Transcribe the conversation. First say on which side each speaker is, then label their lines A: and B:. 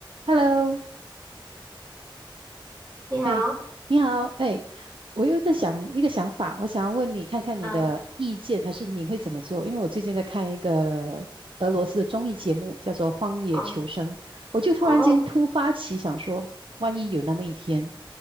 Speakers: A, on the right (about 75°); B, on the right (about 40°).
A: Hello，
B: 你好，
A: 哎，你好，哎，我有一个想一个想法，我想要问你看看你的意见，
B: 嗯，
A: 还是你会怎么做？因为我最近在看一个俄罗斯的综艺节目，叫做《荒野求生》，
B: 哦，
A: 我就突然间突发奇想说，
B: 哦，
A: 万一有那么一天，